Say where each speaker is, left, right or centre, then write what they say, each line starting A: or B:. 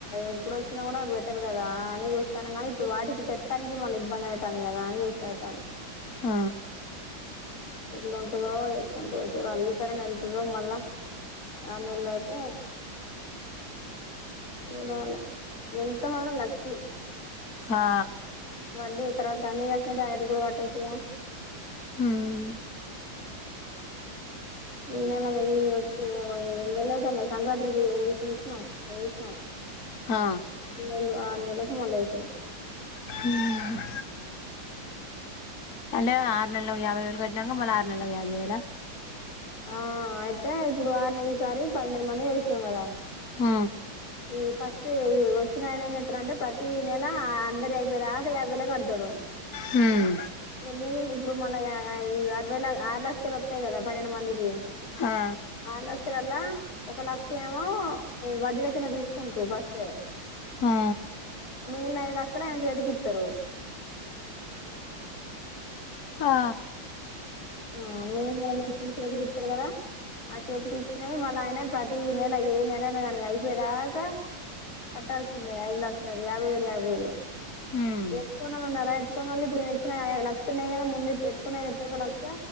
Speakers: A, on the left; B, on the left.
A: ఇప్పుడు వచ్చినా కూడా బెటర్ కదా అని చూస్తాను కానీ ఇప్పుడు వాటికి తెత్తాని మళ్ళీ ఇబ్బంది అయితాంది కదా చూసి పెడతా ఉంది
B: ఆ
A: ఎట్ంటందో ఎట్లాంటందో చూడాలి ఈసారిని వెళ్తుందో మళ్ళా ఆన్లైన్ లో అయితే చూడాల వెళ్తే మాత్రం లక్కీ.
B: హా
A: వళ్ళీ తర్వాత కన్నీ కచ్చినట్టు ఐదుగు పట్టచ్చు
B: హ్మ్
A: ఈ నెల కదు ఈ వచ్చి ఏ నెలలు అయితాందో సంక్రాంతి కి తీసినం వేసిన
B: ఆ
A: ఇది ఏందో ఆరునేళ్లకు మల్ల ఏసుడు.
B: హమ్. అంటే ఆరు నెలకు యాభై వేలు కట్టినాక మళ్ళీ ఆరు నెల యాభై వేలా.
A: ఆ అయితే ఇప్పుడు వారిని ఈసారి పనిండు మందినీ యేసినం కదా.
B: హ
A: ఈ ఫస్ట్ వచ్చినాయన ఏం చెత్తడంటే ప్రతీ నెల అందరి ఐపోయేదాకా యాభై వేల కడతాడు.
B: హ్మ్
A: ఎన్ని ఇప్పుడు మళ్ళ ఈ అరవై ల ఆరు లక్షలు వత్తైగద. పనిండు మందికి.
B: హా
A: ఆరు ఒక లక్ష ఏమో ఈ వడ్డీల కింద తీసుకుంట్రూ ఫస్తే.
B: హా
A: మిగిలిన ఐదు లక్షలు ఆయన చేతికిత్తారు.
B: ఆ.
A: హమ్ మిగిలిన మూడు లక్షలు చేతికిత్తారు కదా. ఆ చేతికి ఇచ్చినాయి మల్ల ఆయనే ప్రతీ నెల ఏ నెలయినా కానీ అయిపోయి దాకా. కట్టాల్సిందే ఐదు లక్షది యాభై వేలు యాభై వేలు
B: హ్మ్
A: ఎత్తు కొన ఉన్నారా. ఎత్తుకొనొల్లు ఇప్పుడు నేను ఇచ్చిన లక్ష ఉన్నాయి కద ముందు ఎత్ ఎత్తుకునాయన ఇత్తారు గా లక్ష.